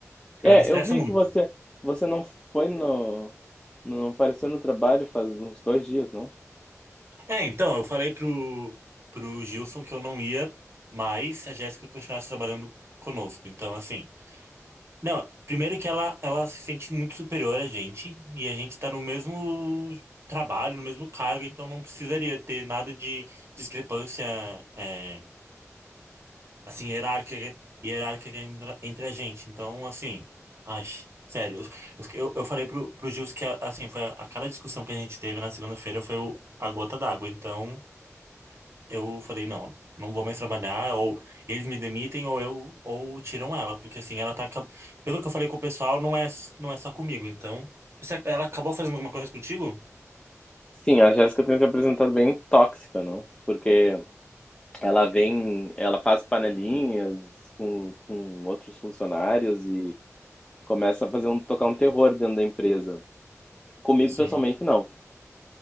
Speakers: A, on the right (about 55°); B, on the left (about 15°).
A: Ela
B: É,
A: me estressa
B: eu vi
A: muito.
B: que você você não foi no não apareceu no trabalho faz uns dois dias, não?
A: É, então, eu falei pro, pro Gilson que eu não ia mais se a Jéssica continuasse trabalhando conosco, então assim. Não, primeiro que ela, ela se sente muito superior a gente, e a gente tá no mesmo trabalho, no mesmo cargo, então não precisaria ter nada de discrepância, é, assim, hierárquica, hierárquica entre entre a gente. Então, assim, ai, sério, eu, eu, eu falei pro, pro Gils que, assim, foi a, aquela discussão que a gente teve na segunda-feira foi o, a gota d'água, então eu falei, não, não vou mais trabalhar, ou eles me demitem, ou eu, ou tiram ela, porque assim, ela tá, acab- pelo que eu falei com o pessoal, não é, não é só comigo, então, Você- ela acabou fazendo alguma coisa contigo?
B: Sim, a Jéssica tem se apresentado bem tóxica, não? Porque ela vem, ela faz panelinhas com, com outros funcionários e começa a fazer um tocar um terror dentro da empresa. Comigo
A: Sim.
B: pessoalmente não,